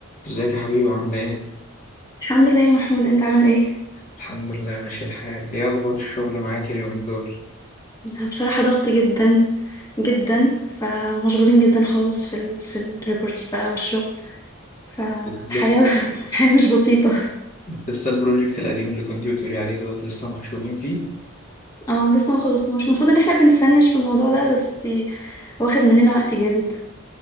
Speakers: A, on the left; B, on the left.
A: ازيك يا حبيبي عاملة ايه؟
B: الحمد لله يا محمود انت عامل ايه
A: الحمد لله ماشي الحال، ايه أخبار الشغل معاك اليومين دول؟
B: انا بصراحة ضغط جدا جدا فمشغولين جدا خالص في ال في الريبورتس بقى والشغل فالحياة
A: لسه
B: <laughs> الحياة مش بسيطة
A: لسه البروجكت القديم اللي كنتي بتقولي عليه دوت لسه محشورين فيه؟
B: اه لسه ما خلصناش المفروض ان احنا بنفنش في الموضوع ده بس واخد مننا وقت جامد